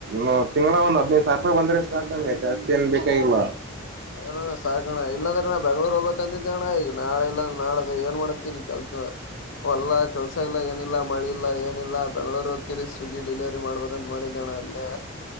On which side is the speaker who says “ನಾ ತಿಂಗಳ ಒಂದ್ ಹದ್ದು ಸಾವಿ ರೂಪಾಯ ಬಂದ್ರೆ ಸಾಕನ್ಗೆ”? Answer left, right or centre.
Right